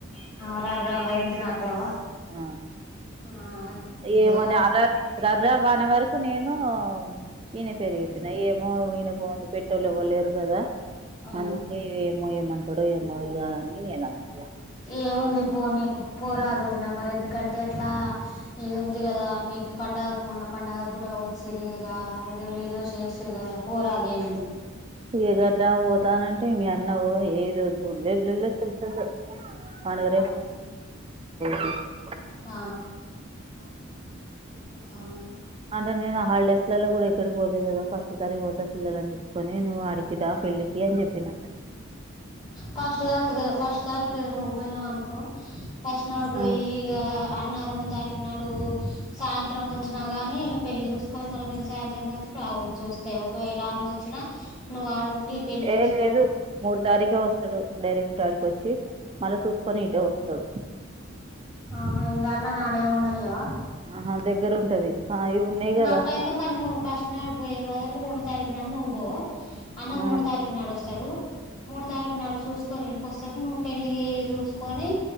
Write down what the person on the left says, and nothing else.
ఆ <unintelligible>
ఆ
ఏవో
ఆ
ఏముంది పో నీకు పోరాదు వదిన మరి ఎందుకంటే ఎట్లా ఇది ఉంది కదా మీ మీకు పండుగకు మొన్న పండుగ కూడా వచ్చారు ఇక ఏదో ఏదో చేస్తుారు కదా కూరాగే ఉంది
అట్లా
ఆ ఆ
ఫస్ట్ తాకి ఫస్ట్ తారఖ నువ్వు పోయినావు అనుకో ఫస్ట్ నాడు పోయి
ఇగా అన్న రెండు తారీఖు నాడు సాయంత్రం వచ్చినా కానీ పెళ్ళి చూసుకొని మళ్ళీ మీరు సాయంత్రం వరకు రా చూస్తాయి ఒకవేళ అన్న వచ్చినా నువ్వు ఆడుండి పెళ్ళలి
చూసు
ఆ ఇంగా అన్న నాణే ఉననివా
ఇ
అట్ అయితే మరి నువ్వు ఫస్ట్ నాడి పోయేలు రెండు తారీఖు నాడు నువ్వు పోవు అన్న
మూడు తారీఖు నాడు వస్తాడు మూడు తారీఖు నాడు చూసుకొని ను పెళ్ చూసుకని